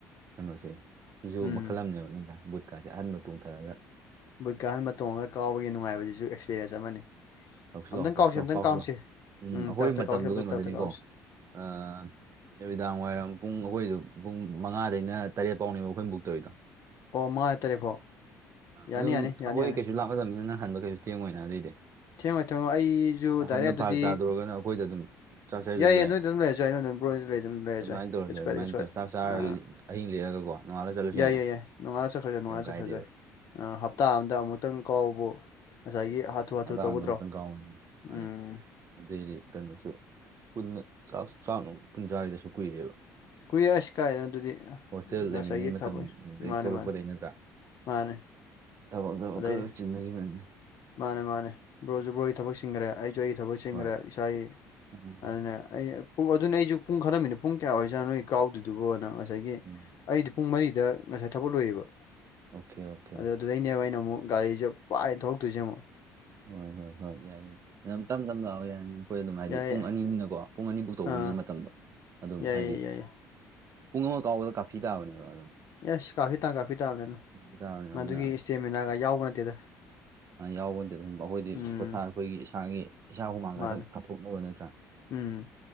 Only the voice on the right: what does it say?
ꯀꯩꯅꯣꯁꯦ ꯏꯁꯨ
ꯃꯈꯜ ꯑꯃꯅꯦꯕ ꯅꯠꯇ꯭ꯔꯥ ꯕꯨꯠꯀꯥꯁꯦ ꯑꯍꯟꯕ ꯇꯣꯡꯊꯔꯛꯒ
ꯇꯧꯁꯤ
ꯂꯥꯎ ꯇꯧꯁꯤ
ꯂꯥꯎ
ꯀꯥꯎꯁꯤ
ꯂꯥꯎ ꯎꯝ ꯑꯩꯈꯣꯏ
ꯃꯇꯝꯗꯣ
ꯀꯩꯅꯣꯗꯅꯤꯀꯣ
ꯑꯥ ꯅꯨꯃꯤꯗꯥꯡ ꯋꯥꯏꯔꯝ ꯄꯨꯡ ꯑꯩꯈꯣꯏꯗꯨ ꯄꯨꯡ ꯃꯉꯥꯗꯩꯅ ꯇꯔꯦꯠ ꯐꯥꯎꯅꯤꯕ ꯑꯩꯈꯣꯏ ꯕꯨꯛ ꯇꯧꯔꯤꯗꯣ
ꯑꯗꯨꯝ
ꯑꯩꯈꯣꯏ
ꯀꯩꯁꯨ ꯂꯥꯞꯅꯗꯕꯅꯤꯅ ꯅꯪ ꯍꯟꯕ ꯀꯩꯁꯨ ꯊꯦꯡꯉꯣꯏꯅ ꯑꯗꯨꯏꯗꯤ
ꯍꯟꯕ
ꯐꯔꯛ ꯇꯥꯗꯣꯔꯒꯅ ꯑꯩꯈꯣꯏꯗ ꯑꯗꯨꯝ ꯆꯥꯛ ꯆꯥꯁꯤꯜꯂꯁꯨ
ꯌꯥꯏ
ꯑꯗꯨꯃꯥꯏꯅ
ꯇꯧꯔꯁꯦ
ꯑꯗꯨꯃꯥꯏꯅ
ꯇꯧꯔ
ꯆꯥꯛ ꯆꯥꯔ
ꯂꯤ- ꯑꯍꯤꯡ ꯂꯦꯛꯑꯒꯀꯣ ꯅꯣꯡꯉꯥꯜꯂ ꯆꯠꯂꯁꯨ
ꯌꯥꯏꯅ
ꯀꯩꯝ
ꯀꯥꯏꯗꯦꯕ
ꯑꯗꯥꯥꯡꯗ
ꯑꯃꯨꯛꯇꯪ ꯀꯥꯎꯋꯦꯅ ꯃꯥꯅꯤ
ꯑꯗꯨꯏꯗꯤ ꯀꯩꯅꯣꯁꯨ ꯄꯨꯟꯅ ꯆꯥꯛ ꯆꯥꯛ ꯅꯨꯡ ꯄꯨꯟ ꯖꯥꯔꯤꯗꯁꯨ ꯀꯨꯏꯔꯦꯕ
ꯍꯣꯁꯇꯦꯜ
ꯂꯩꯃꯤꯟꯅꯩ ꯃꯇꯝꯗꯩ
ꯇꯣꯂꯛꯄꯗꯩ
ꯅꯠꯇ꯭ꯔꯥ
ꯊꯕꯛ ꯗꯕꯛ
ꯒ ꯆꯤꯟꯅꯒꯤꯕꯩꯅꯤ
ꯍꯣꯏ
ꯎꯝ
ꯎꯝ
ꯑꯣꯀꯦ ꯑꯣꯀꯦ
ꯍꯣꯏ ꯍꯣꯏ ꯍꯣꯏ ꯌꯥꯏ ꯌꯥꯏ ꯑꯗꯨꯝ ꯇꯝ ꯇꯞꯅ ꯂꯥꯛꯑꯣ ꯌꯥꯅꯤ ꯅꯈꯣꯏ ꯑꯗꯨꯝ ꯍꯥꯏꯗꯤ
ꯄꯨꯡ ꯑꯅꯤꯅꯀꯣ ꯄꯨꯡ ꯑꯅꯤ ꯕꯨꯛ ꯇꯧꯕꯅꯤꯅ
ꯃꯇꯝꯗꯣ ꯑꯗꯨꯝ
ꯍꯥꯏꯗꯤ
ꯄꯨꯡ ꯑꯃ ꯀꯥꯎꯕꯗ ꯀꯥꯐꯤ ꯇꯥꯕꯅꯦꯕ ꯑꯗꯨꯝ
ꯀꯥꯐꯤ ꯇꯥꯕꯅꯦꯕ
ꯑꯗꯨꯅ
ꯑꯥ ꯌꯥꯎꯕꯗꯤ ꯑꯩꯈꯣꯏꯗꯤ
ꯄꯣꯊꯥꯔꯛꯄꯒꯤ ꯏꯁꯥꯒꯤ ꯏꯁꯥ ꯍꯨꯃꯥꯡ ꯈꯇꯪ
ꯇꯥꯊꯣꯛꯅꯕ ꯅꯠꯇ꯭ꯔꯥ